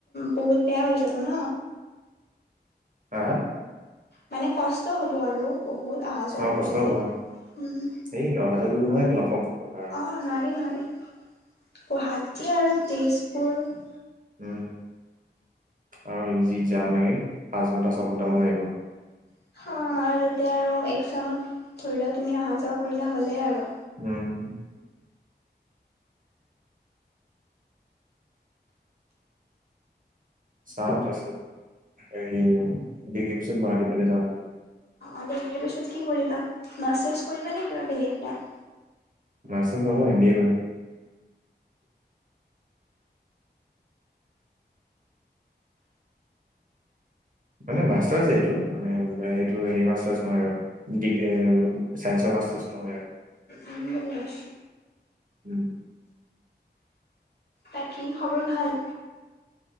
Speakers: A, on the left; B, on the right.
A: বহুত বেয়া হৈ যাব ন।
B: অ,
A: মানে কষ্ট হ'ব আৰু বহুত অহা যোৱা
B: অ
A: কৰিলে।
B: কষ্ট হ'ব
A: উম,
B: এই অহা যোৱা কৰিব নোৱাৰি এইডাল অসম্ভব কথা। আৰু
A: অ, নোৱাৰি নোৱাৰি গুৱাহাটী আৰু তেজপুৰ।
B: উম, আৰু যি জাম লাগে পাঁচ ঘন্টা ছঘন্টামান লাগিব।
A: অ, আৰু তাতে আৰু এক্জামত ধৰি লোৱা তুমি অহা যোৱা কৰিলা হ'লেই আৰু।
B: উম, চাওঁ তাৰপিছত হেৰি বি কে পিছত গুৱাহাটীৰ ফালে যাওঁ নেকি।
A: অলনাৰ পিছত কি কৰিবা মাষ্টাৰ্ছ কৰিবা নে কিবা বেলেগ কাম।
B: মাষ্টাৰছ নহয় এমবিএ কৰিম। মানে মাষ্টাৰ্চে এইটো, মানে সেইটো হেৰি মাষ্টাৰছ নহয়, আৰু। ডিক, চায়েন্সৰ মাষ্টাৰছ নহয় আৰু।
A: উম, বুজি পাইছো।
B: উম,
A: বাকী খবৰ ভাল।